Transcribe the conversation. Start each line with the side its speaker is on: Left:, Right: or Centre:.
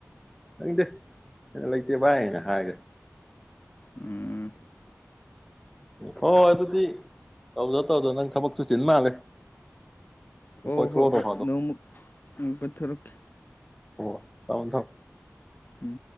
Centre: ꯈꯪꯗꯦ <unintelligible> ꯂꯩꯇꯦ ꯚꯥꯏ ꯅ ꯍꯥꯏꯒ
Left: ꯎꯝ
Centre: ꯍꯣꯍꯣꯏ ꯑꯗꯨꯗꯤ ꯇꯧꯖꯣ ꯇꯧꯖꯣ ꯅꯪ ꯊꯕꯛꯁꯨ ꯆꯤꯟ ꯃꯥꯜꯂꯦ
Left: ꯍꯣꯏ
Centre: ꯀꯣꯏꯊꯣꯛꯎꯔꯣ ꯅꯣꯡ ꯐꯥꯗꯣꯛ
Left: ꯅꯣꯡꯃ ꯎꯝ ꯀꯣꯏꯊꯣꯔꯛꯀꯦ
Centre: ꯊꯝꯣ ꯊꯝ
Left: ꯎꯝ